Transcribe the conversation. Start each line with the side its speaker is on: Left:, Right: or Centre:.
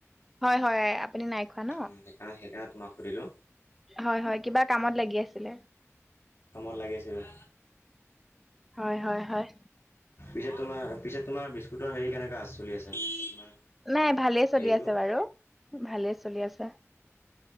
Centre: হয় হয়। আপুনি নাই খোৱা ন
Left: উ সেইকাৰণে সেইকাৰণে তোমাক সুধিলো
Centre: হয় হয় কিবা কামত লাগি আছিলে।
Left: কামত লাগি আছিলোঁ
Centre: হয় হয় হয়।
Left: পিছে তোমাৰ পিছে তোমাৰ বিস্কুটৰ হেৰি কেনেকুৱা আছে। চলি মানে তোমাৰ
Centre: নাই ভালেই চলি
Left: হেৰিটো
Centre: আছে বাৰু ভালেই চলি আছে।